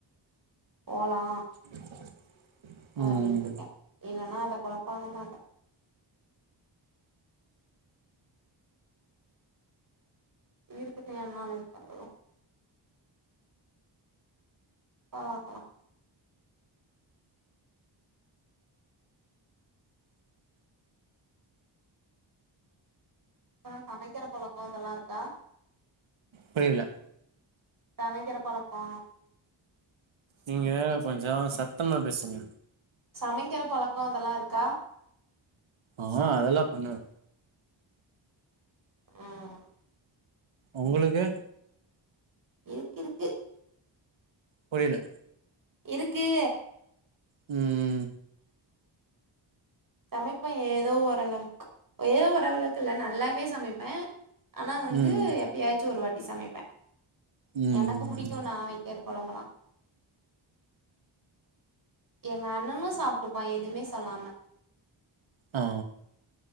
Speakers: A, on the right; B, on the right.
A: போலா
B: <inaudible>
A: அப்டின்யிருக்கே
B: ம்
A: என்னன்னா அத குழபாங்மாட்டே இருக்குது என் நால பண்ண பாக்கால அப்றோ சமைக்கிற பழக்கோ அதெல்லா இருக்கா
B: புரியல
A: சமைக்கிற பழக்கோ
B: நீங்க கொஞ்சோ சத்தமா பேசுங்க
A: சமைக்கிற பழக்கோ அதெல்லா இருக்கா
B: ஆ அதெல்லாம் பண்ணுவே
A: ம்
B: உங்களுக்கு
A: இருக்கு இருக்கு
B: புரியல
A: இருக்கு
B: ம்
A: சமைப்பேன் ஏதோ ஓரளவுக்கு ஏதோ ஓரளவுக்கு இல்ல நல்லாவே சமைப்பே ஆனா வந்து
B: ம்
A: எப்பயாச்சும் ஒரு வாட்டி சமைப்பேன்
B: ம்
A: எனக்கு பிடிக்கும் நா வைக்கற குழம்பலாம் எங்க அண்ணனும் சாப்ட்டுப்பான் எதுமே சொல்லாம
B: ஆ